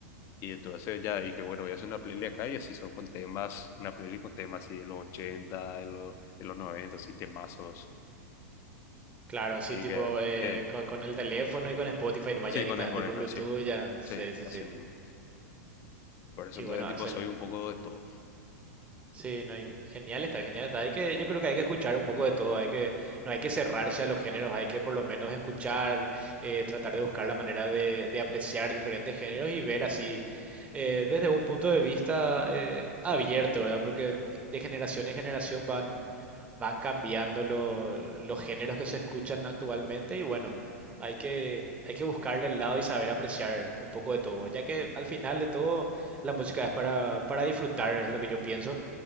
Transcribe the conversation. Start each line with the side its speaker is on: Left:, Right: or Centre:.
Left: y entonces ya dije, bueno, voy a hacer una playlist acá y así son con temas, una playlist con temas así de los ochenta de los, de los noventa así temazos.
Right: Claro, así
Left: Y
Right: tipo
Left: que-
Right: eh,
Left: que-
Right: co- con, el teléfono y con Spotify nomás
Left: sí,
Right: ya directamente
Left: con Spotify,
Right: por Bluetooth
Left: sí,
Right: ya. Sí,
Left: sí,
Right: sí,
Left: así
Right: sí.
Left: mismo. Por eso
Right: Y
Left: entonces
Right: bueno, Axel,
Left: tipo soy un poco de todo.
Right: Sí, no, y genial está, genial está. Hay que, yo creo que hay que escuchar un poco de todo, hay que, no hay que cerrarse a los géneros, hay que por lo menos escuchar, eh, tratar de buscar la manera de, de apreciar diferentes géneros y ver así eh, desde un punto de vista eh, abierto, ¿verdad? Porque de generación en generación van, van cambiando lo- los géneros que se escuchan actualmente y bueno, hay que, hay que buscarle el lado y saber apreciar un poco de todo, ya que al final de todo la música es para, para disfrutar, es lo que yo pienso.